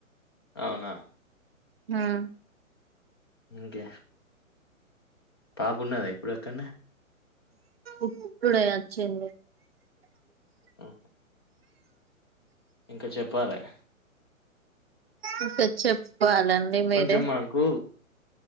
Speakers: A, on the left; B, on the right.
A: అవునా
B: హ్మ్
A: ఇంకే పాపున్నదా ఇప్పుడు అక్కడ్నే
B: ఇప్పుడే వచ్చింది
A: ఉ ఇంక చెప్పాలే
B: ఒకె చెప్ వాళండి మీరే
A: కొంచెం మాకు